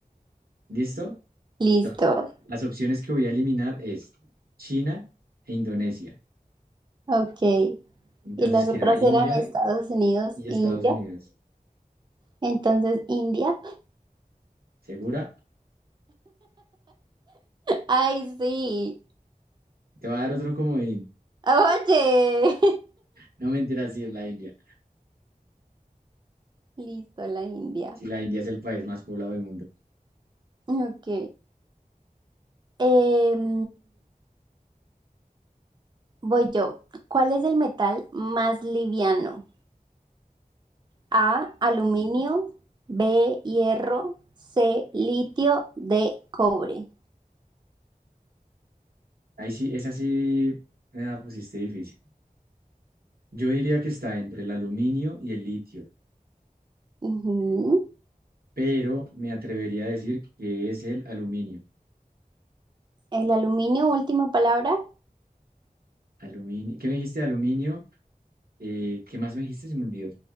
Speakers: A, on the right; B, on the right.
A: ¿Listo?
B: Listo.
A: Entonces, las opciones que voy a eliminar es China e Indonesia.
B: Ok.
A: Entonces
B: Y las
A: queda
B: otras
A: India
B: eran Estados Unidos
A: y
B: e
A: Estados
B: India.
A: Unidos.
B: Entonces, India.
A: ¿Segura?
B: Ay, sí.
A: Te voy a dar otro comodín.
B: Oye.
A: No mentiras si es la India.
B: <laughs> Listo, la India.
A: Si la India es el país más poblado del mundo.
B: Ok. Em, voy yo. ¿Cuál es el metal más liviano? A, aluminio,
A: Mm.
B: B, hierro, C, litio, D, cobre.
A: Ahí sí, esa sí me la pusiste difícil. Yo diría que está entre el aluminio y el litio.
B: Ujú.
A: pero me atrevería a decir que es el aluminio.
B: El aluminio, última palabra.
A: Aluminio. ¿Qué me dijiste? Aluminio. eh, ¿qué más me dijiste? Se me olvidó.